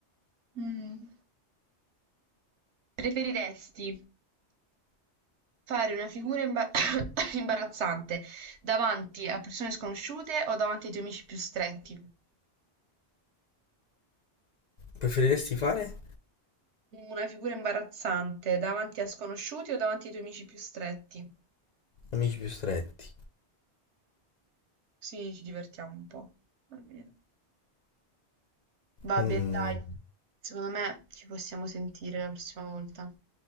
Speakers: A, on the right; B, on the left.
A: Mm. Preferiresti fare una figura imba- <coughs> imbarazzante davanti a persone sconosciute o davanti ai tuoi amici più stretti?
B: Preferiresti fare
A: Una figura imbarazzante davanti a sconosciuti o davanti ai tuoi amici più stretti?
B: amici più stretti?
A: Sì, ci divertiamo un po'. Va bene, Va
B: Mm,
A: bene, dai. Secondo me ci possiamo sentire la prossima volta.